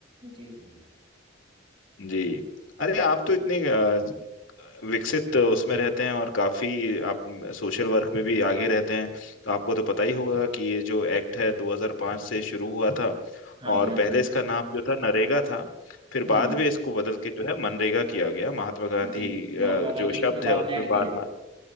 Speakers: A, on the right; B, on the left.
A: जी जी
B: जी अरे आप तो इतने अ, विकसित उसमें रहते हैं और काफी आप सोशल वर्क में भी आगे रहते हैं तो आपको तो पता ही होगा कि ये जो एक्ट है 2005 से शुरू हुआ था
A: हाँ जी
B: और
A: हाँ जी
B: पहले
A: हाँ जी
B: इसका नाम जो था नरेगा था फिर
A: हम्म
B: बाद में इसको बदल के जो है मनरेगा किया गया महात्मा गांधी
A: जी
B: अ,
A: महात्मा गांधी
B: जो
A: इसमें
B: शब्द
A: बाद
B: है उसमें
A: में ऐड किया
B: महात्मा
A: गया